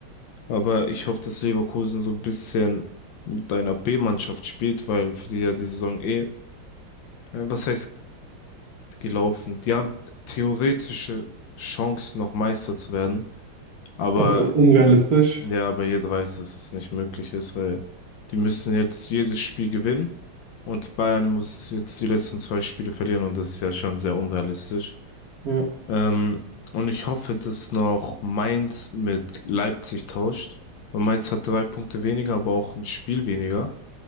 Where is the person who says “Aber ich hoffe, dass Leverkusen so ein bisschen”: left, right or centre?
Left